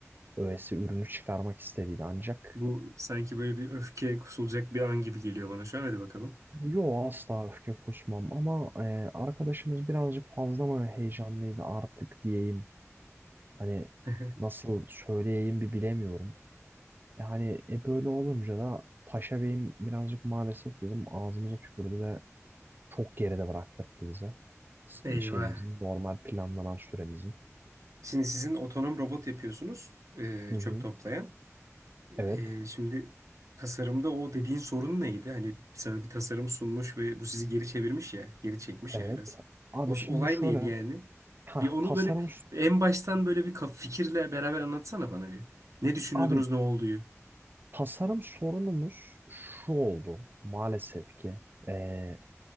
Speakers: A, on the right; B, on the right.
A: öğesi ürünü çıkarmak istediydi ancak.
B: Bu sanki böyle bir öfke kusulacak bir an gibi geliyor bana şu an. Hadi bakalım.
A: Yo asla öfke kusmam ama eee, arkadaşımız birazcık fazla mı heyecanlıydı artık diyeyim. Hani
B: <laughs>
A: nasıl söyleyeyim bir bilemiyorum. E hani e böyle olunca da Paşa Bey'im birazcık maalesef bizim ağzımıza tükürdü ve çok geride bıraktırdı bize. S-
B: Eyvah.
A: Şeyimizin, normal planlanan süremizin.
B: Şimdi sizin otonom robot yapıyorsunuz, e,
A: Hı
B: çöp
A: hı.
B: toplayan.
A: Evet,
B: E, şimdi tasarımda o dediğin sorun neydi? Hani sana bir tasarım sunmuş ve bu sizi geri çevirmiş ya, geri çekmiş
A: evet.
B: ya biraz.
A: Abi
B: O s-
A: şimdi
B: olay
A: şöyle,
B: neydi yani?
A: ha
B: Bir onu
A: tasarım,
B: böyle en baştan böyle bir kaf- fikirle beraber anlatsana bana bir. Ne düşünüyordunuz,
A: abi
B: ne olduğu?
A: tasarım sorunumuz şu oldu maalesef ki. Ee,